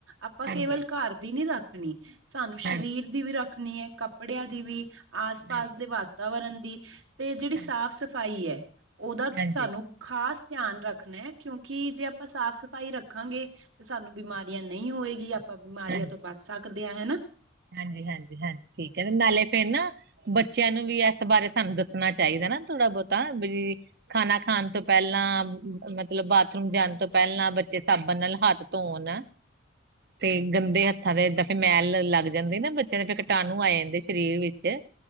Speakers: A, on the right (about 70°); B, on the right (about 50°).
A: ਆਪਾਂ
B: ਹਾਂਜੀ
A: ਕੇਵਲ ਘਰ ਦੀ ਨੀ ਰੱਖਣੀ, ਸਾਨੂੰ
B: ਹਾਂਜੀ
A: ਸਰੀਰ ਦੀ ਵੀ ਰੱਖਣੀ ਹੈ, ਕੱਪੜਿਆਂ ਦੀ ਵੀ। ਆਸ ਪਾਸ
B: ਹਾਂਜੀ
A: ਦੇ ਵਾਤਾਵਰਨ ਦੀ ਤੇ ਜਿਹੜੀ
B: ਹਾਂਜੀ
A: ਸਾਫ਼ ਸਫ਼ਾਈ ਹੈ, ਉਹਦਾ
B: ਹਾਂਜੀ
A: ਸਾਨੂੰ ਖ਼ਾਸ ਧਿਆਨ ਰੱਖਣਾ ਹੈ, ਕਿਉਂਕਿ ਜੇ ਆਪਾਂ ਸਾਫ਼ ਸਫ਼ਾਈ ਰੱਖਾਂਗੇ ਤੇ ਸਾਨੂੰ ਬਿਮਾਰੀਆਂ ਨਹੀਂ ਹੋਏਗੀ, ਆਪਾਂ ਬਿਮਾਰੀਆਂ
B: ਹਾਂਜੀ।
A: ਤੋਂ ਬਚ ਸਕਦੇ ਹਾਂ, ਹਨਾ।
B: ਹਾਂਜੀ- ਹਾਂਜੀ, ਹਾਂਜੀ ਠੀਕ ਹੈ ਤੇ, ਨਾਲੇ ਫੇਰ ਨਾ। ਬੱਚਿਆਂ ਨੂੰ ਵੀ ਇਸ ਬਾਰੇ ਸਾਨੂੰ ਦੱਸਣਾ ਚਾਹੀਦਾ ਨਾ ਥੋੜਾ ਬਹੁਤਾ ਵੀ, ਖਾਣਾ ਖਾਣ ਤੋਂ ਪਹਿਲਾਂ, ਮਤਲਬ ਬਾਥਰੂਮ ਜਾਣ ਤੋਂ ਪਹਿਲਾਂ ਬੱਚੇ ਸਾਬਣ ਨਾਲ ਹੱਥ ਧੋਣ। ਤੇ ਗੰਦੇ ਹੱਥਾਂ ਦਾ ਏਦਾਂ ਫ ਮੈਲ ਲੱਗ ਜਾਂਦੀ ਨਾ ਬੱਚਿਆਂ ਦੇ ਫੇਰ ਕੀਟਾਣੂ ਆ ਜਾਂਦੇ ਸਰੀਰ ਵਿੱਚ।